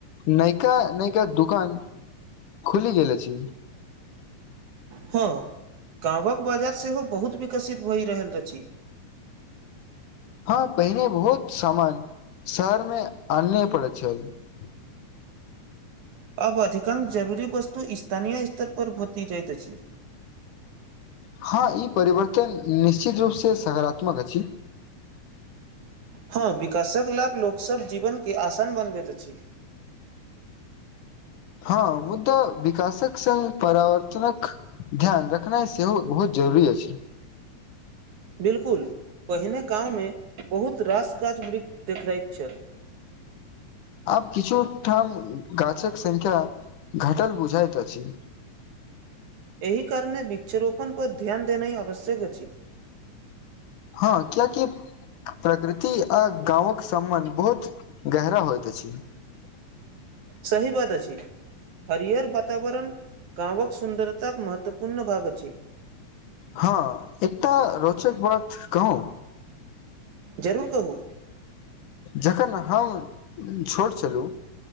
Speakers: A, on the left; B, on the right.
A: नायका नायिका दुकान खुलि गेल अछि।
B: हां, गाँवक बाजार सेहो बहुत विकसित भए रहल अछि।
A: <unintelligible> हँ पहिने बहुत सामान शहर मे आनय पड़ैत छल। <unintelligible>
B: अब अधिकांश जरूरी वस्तु स्थानीय स्तर पर भेटि जाइत अछि।
A: <unintelligible> हँ ई परिवर्तन निश्चित रूप से सकारात्मक अछि।
B: हँ विकासक लाभ लोकसभक जीवनके आसान बनबैत अछि।
A: हँ मुदा विकासक संग परिवर्तनक ध्यान रखनाइ सेहो बहुत जरूरी अछि।
B: बिलकुल पहिने गाममे बहुत रास गाछ वृक्ष देखाइत छल।
A: आब किछुठाम गाछक संख्या घटल बुझाइत अछि।
B: एहि कारण वृक्षारोपण पर ध्यान देनाइ आवश्यक अछि।
A: हँ कियाकि प्रकृति आ गाँवक सम्बन्ध बहुत गहरा होइत अछि। <unintelligible>
B: सही बात अछि हरियर वातावरण गाँवक सुन्दरताक महत्वपूर्ण भाग अछि
A: हँ एकटा रोचक बात कहु
B: जरूर कहु
A: जखन हम छोट छलहुँ